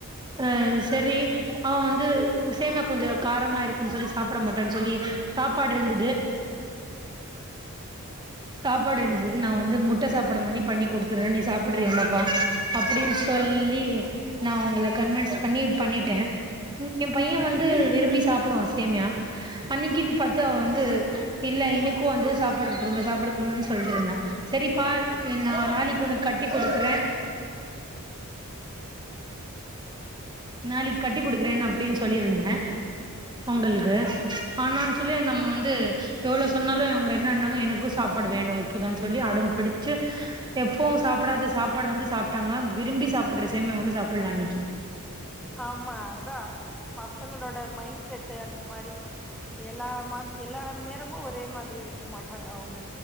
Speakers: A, on the right; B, in the centre.
A: அ
B: ம்
A: செரி அவ வந்து சேமியா கொஞ்சோ காரமா இருக்குன் சொல்லி சாப்புட மாட்டா சொல்லி சாப்பாடு இருந்தது சாப்பாடு இருந்தது நா வந்து மு முட்ட சாப்புட மாரி பண்ணி குடுத்துரு நீ சாப்புடுறீயா பாப்பா அப்டின்னு சொல்லி நா உங்கள கன்வின்ஸ் பண்ணி பண்ணிட்டே எ பைய வந்து விரும்பி சாப்புடுவா சேமியா அன்னைக்கின்னு பாத்து அவ வந்து இல்ல எனக்கு வந்து சாப்பாடு குடுங்க சாப்பாடு கொடுங்கன் சொல்லிட்டு இருந்தா செரிப்பா நா நாளைக்கி உனக்கு கட்டி குடுக்குறே நாளைக்கி கட்டி குடுக்குறே அப்படின்னு சொல்லியிருந்தே உங்களுக்கு ஆன சொல்லி நம்ம வந்து எவ்ளோவு சொன்னாலு அவுங்க என்னன்னாங்க எனக்கு சாப்பாடு வேணு இப்பத சொல்லி அடம்பிடிச்சு எப்பவு சாப்பிடாத சாப்பாடு வந்து சாப்பிட்டாங்க விரும்பி சாப்புட்ற சேமியா வந்து சாப்பலா அன்னைக்கி
B: ஆமா அதா பசங்களோட மைண்ட் செட்டு அந்த மாரி எல்லா மா எல்லா நேரமும் ஒரே மாதிரி இருக்க மாட்டாங்க அவங்க